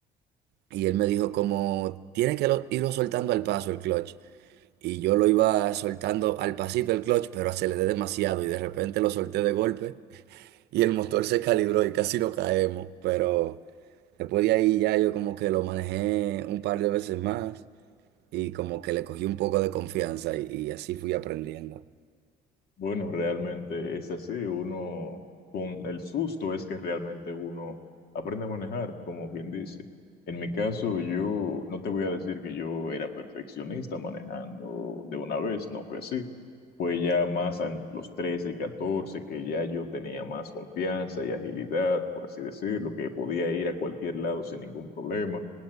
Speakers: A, on the right (about 75°); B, on the left (about 65°).
A: Y él me dijo como tiene que lo- irlo soltando al paso el clutch. Y yo lo iba soltando al pasito el clutch, pero aceleré demasiado y de repente lo solté de golpe y el motor se calibró y casi no caemos. Pero después de ahí ya yo como que lo manejé un par de veces más y como que le cogí un poco de confianza y, y así fui aprendiendo.
B: Bueno, realmente es así. Uno, con el susto es que realmente uno aprende a manejar, como bien dice. En mi caso, yo no te voy a decir que yo era perfeccionista manejando de una vez, no fue así. Fue ya más entre los trece, y 14 que ya yo tenía más confianza y agilidad, por así decirlo, que podía ir a cualquier lado sin ningún problema.